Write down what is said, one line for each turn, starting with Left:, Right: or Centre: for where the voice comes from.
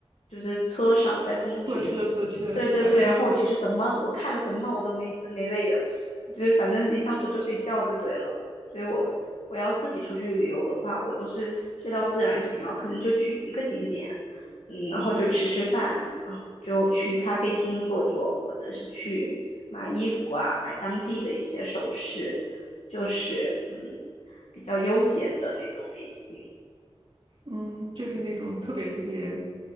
Left: 就是车上在通勤，
Right: 坐车坐车是吧？
Left: 对对对，然后我其实什么，我看了什么我都没滋没味的，就是反正一上车就睡觉就对了。所以我我要自己出去旅游的话，我都是睡到自然醒，然后可能就去一个景点，嗯，然后就吃吃饭，然后就去咖啡厅坐坐，或者是去买衣服啊，买当地的一些首饰，就是嗯比较悠闲的那种类型。
Right: 嗯，就是那种特别特别